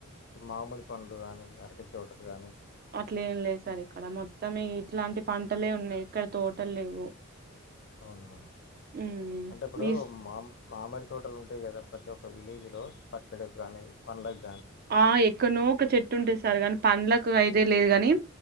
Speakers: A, on the left; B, on the right.
A: మామిడి పండ్లు గానీ అరటి తోటలు గాని
B: అట్లే ఏం లేదు సార్ ఇక్కడ మొత్తం ఇట్లాంటి పంటలే ఉన్నాయి ఇక్కడ తోటలు లేవు
A: అవునా
B: ఉమ్
A: అంటే ఇప్పుడు
B: మీ
A: మామ్ మామిడి తోటలు ఉంటాయి కదా ప్రతి ఒక్క విలేజ్లో పచ్చడికి గానీ పండ్లకి
B: ఆ ఎక్కనో ఒక చెట్టు ఉంటే సారు గాని పండ్లకు ఐడియా లేదు గాని